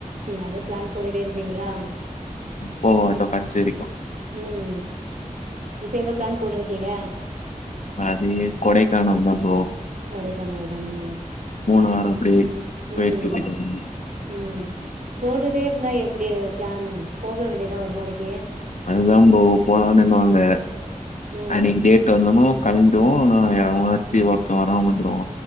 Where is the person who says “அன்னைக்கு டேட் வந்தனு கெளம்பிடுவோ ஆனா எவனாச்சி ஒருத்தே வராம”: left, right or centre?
Left